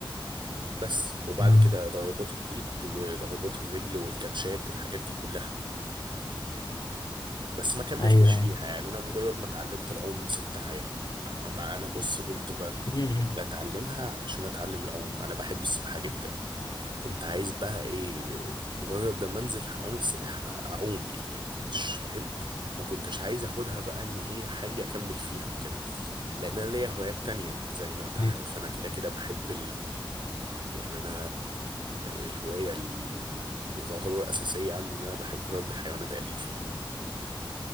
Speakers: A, on the right; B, on the left.
A: بس وبعد
B: مم.
A: كده ضربات الايد وضربات الرجل والكاتشات الحاجات دي كلها بس ما كملتش
B: ايوه
A: فيها
B: ايوه
A: يعني انا مجرد ما اتعلمت العوم سبتها يعني أما- أما انا بص كنت ب-
B: مم.
A: بتعلمها علشان اتعلم العوم انا بحب السباحه جدا كنت عايز بقى ايه مجرد لما انزل حمام السباحه اعوم يعني ما كنتش فاهم ما كنتش عايز اخدها بقى ان هي حاجه اكمل فيها وكده لان انا ليا هوايات تانية زي ما انت
B: مم.
A: عارف انا كده كده بحب يعني انا الهوايه اللي تعتبر اساسيه عندي ان انا بحب اربي حيوانات اليفه